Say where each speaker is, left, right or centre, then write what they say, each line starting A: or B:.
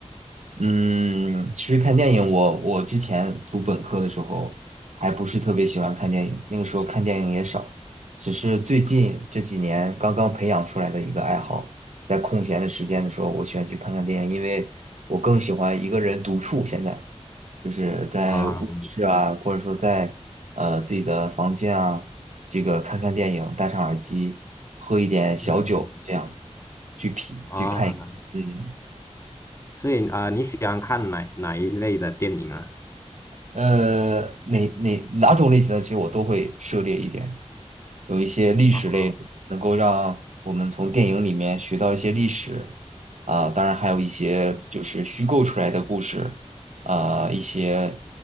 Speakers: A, on the right; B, on the left.
A: 嗯，其实看电影我，我之前读本科的时候还不是特别喜欢看电影，那个时候看电影也少，只是最近这几年刚刚培养出来的一个爱好，在空闲的时间的时候，我喜欢去看看电影，因为我更喜欢一个人独处。现在就是在卧室啊，
B: 啊、
A: 或者说在呃自己的房间啊，这个看看电影，戴上耳机，喝一点小酒，
B: 嗯
A: 这样去品去看一，
B: 啊、
A: 嗯。
B: 所以啊、呃你喜欢看哪哪一类的电影啊？
A: 呃，哪哪哪种类型的，其实我都会涉猎一点。有一些历史类，
B: 啊
A: 能够让我们从电影里面学到一些历史啊，当然还有一些就是虚构出来的故事啊，一些